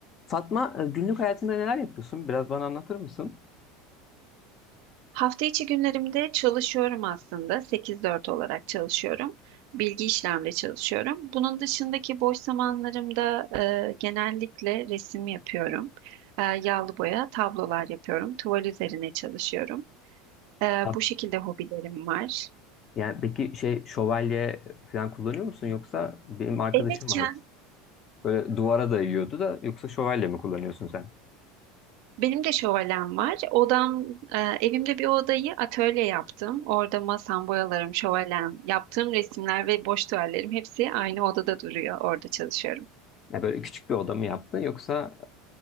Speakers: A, on the left; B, on the right.
A: Fatma, e, günlük hayatında neler yapıyorsun? Biraz bana anlatır mısın?
B: Hafta içi günlerimde çalışıyorum aslında. 8-4 olarak çalışıyorum. Bilgi işlemde çalışıyorum. Bunun dışındaki boş zamanlarımda e, genellikle resim yapıyorum. E, yağlı boya tablolar yapıyorum. Tuval üzerine çalışıyorum. E,
A: Ha-
B: bu şekilde hobilerim var.
A: Yani peki şey şövalye falan kullanıyor musun yoksa benim arkadaşım
B: Evetken
A: vardı. Böyle duvara dayıyordu da yoksa şövalye mi kullanıyorsun sen?
B: benim de şövalem var. Odam, e, evimde bir odayı atölye yaptım. Orada masam, boyalarım, şövalem, yaptığım resimler ve boş tuvallerim hepsi aynı odada duruyor. Orada çalışıyorum.
A: Ya böyle küçük bir oda mı yaptın yoksa